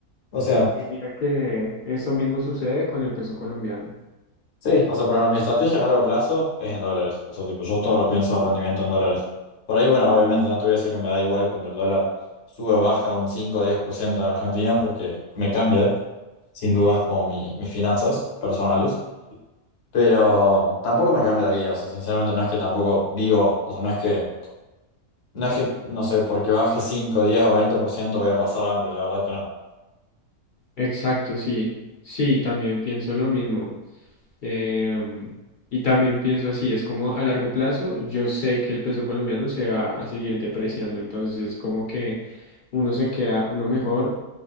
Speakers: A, on the left; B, on the left.
A: O sea,
B: Y mira que eso mismo sucede con el peso colombiano.
A: sí, o sea, por ejemplo, mi estrategia a largo plazo es en dólares. O sea, tipo, yo todo lo pienso de rendimiento en dólares. Por ahí, bueno, obviamente no te voy a decir que me da igual cuando el dólar sube o baja un 5 o 10% en Argentina porque me cambia, sin dudas, como mi- mis finanzas personales. Pero tampoco me cambia la vida, o sea, sinceramente no es que tampoco vivo, o sea, no es que No es que, no sé, porque baje 5 10 o 20% voy a pasar hambre, la verdad que no.
B: Exacto, sí. Sí, también pienso lo mismo. Em, y también pienso así, es como a largo plazo, yo sé que el peso colombiano se va a seguir depreciando, entonces como que uno se queda, uno mejor,